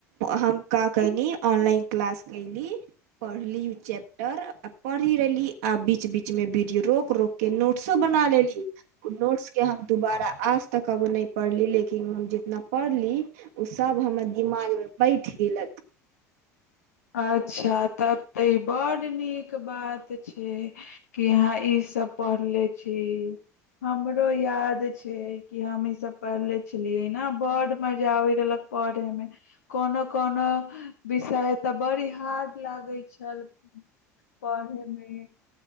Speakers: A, on the right; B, on the left.
A: हम का कयली आऑनलाइन क्लास कयली पढ़ली ओ चैप्टर आ पढ़ि रहली आ बीच बीचमे वीडियो रोक रोकिके नोट्सो बना लेली ओ नोट्सके हम दुोबारा आज तकब नहि पढ़ली लेकिन हम जितना पढ़ली सभ हमर दिमागमे बैठ गेलक
B: अच्छा तऽ त बड नीक बात छै कि यहा ई सब पढ़ले छी हमरो याद छै कि हम ई सब पढ़ले छलियै ने बड मजा आबैत रहलक पढ़े मे कोनो कोनो विषय बड़ि हार् लागे छल पढ़यमे